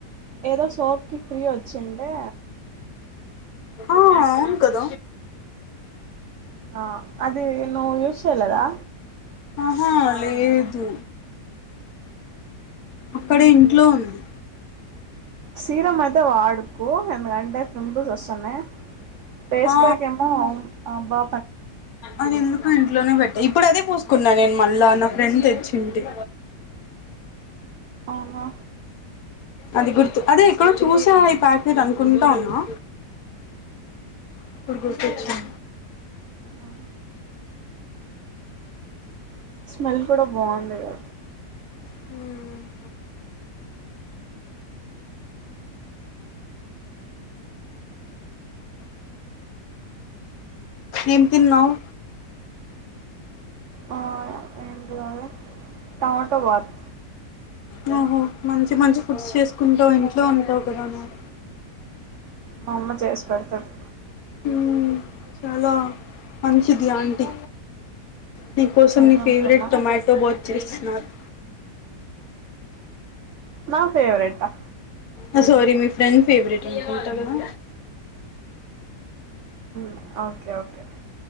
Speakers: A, on the right (about 80°); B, on the left (about 65°).
A: ఏదో సోప్కి ఫ్రీ వచ్చిండడి
B: ఆ ఇ కద
A: ఆ అదిను విూషలదా
B: ఆహా లేదు అక్కడ ఇంట్లో ఉంది
A: సీర అద వాడు ఎందుకంటే ప్రింపుల్స్ వ సమయ పస్పాక
B: ఆ
A: ఏమో బా
B: అది ఎందు క లోనే పెట్టా ఇప్పుడు అదే పూసుకున్నా నేను మళ్ళా నా ఫ్రెండ్ తెచ్చింటే
A: అనా
B: అది గుర్తు అదే ఎక్కడో చూసా ఈ ప్యాకెట్ అనుకుంటా ఉన్నా ఇప్పుడు గుర్తుొచ్చడి
A: ఆ స్మెల్ కూడా బాగుంది కా
B: హ్మ్ ఏం తిన్నావ్
A: ఆ, ఏంటి అది టమాటో భాత్
B: నువ్వు మంచి మంచి ఫుడ్స్ చేసుకుంటా ఇంట్లో ఉంటావు కదా నువ్.
A: మా అమ్మ చేసి పెడతది
B: హ్మ్ చాలా మంచిది ఆంటీ నీ కోసం
A: ఏమనుకున్నా
B: నీ ఫేవరెట్ టొమాటో బాత్ చేస్ నాద్
A: నా ఫేవరెట్ ఆ
B: ఆ సారీ మీ ఫ్రెండ్ ఫెవరెట్ అనుకుంటా కదా
A: ఆ ఓకే ఓకే